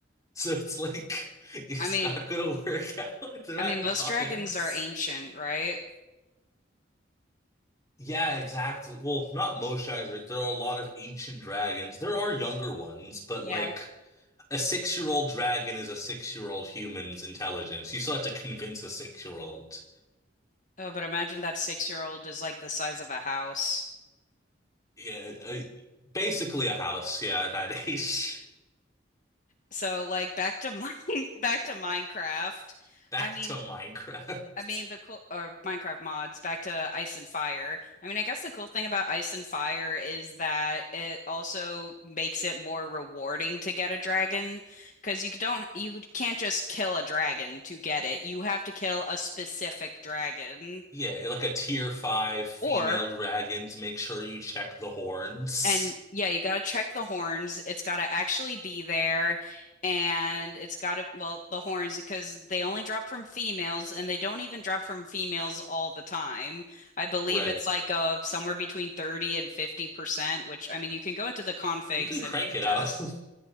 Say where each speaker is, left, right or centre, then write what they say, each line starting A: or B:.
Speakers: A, on the left; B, on the left.
A: So it's like, it's
B: I mean,
A: not gonna work out. <laughs> They're not
B: I mean, most
A: dogs.
B: dragons are ancient, right?
A: Yeah, exactly. Well, not most dragons. right? There are a lot of ancient dragons. There are younger ones, but
B: Yeah.
A: like a six-year-old dragon is a six-year-old human's intelligence. You still have to convince a six-year-old.
B: Oh, but imagine that six-year-old is like the size of a house.
A: Yeah, uh, basically a house. Yeah, at that age. <laughs>
B: So, like, back to mine, <laughs> back to Minecraft.
A: Back
B: I mean,
A: to Minecraft.
B: I mean, the
A: <laughs>
B: cool or Minecraft mods back to Ice and Fire. I mean, I guess the cool thing about Ice and Fire is that it also makes it more rewarding to get a dragon because you don't you can't just kill a dragon to get it. You have to kill a specific dragon
A: Yeah, like a tier five female
B: or
A: dragons. Make sure you check the horns.
B: And yeah, you got to check the horns. It's got to actually be there. And it's got to, well, the horns, because they only drop from females and they don't even drop from females all the time. I believe
A: Right.
B: it's like a, somewhere between 30 and 50%, which I mean, you can go into the configs
A: You can crank
B: and
A: it
B: adjust,
A: up. <laughs>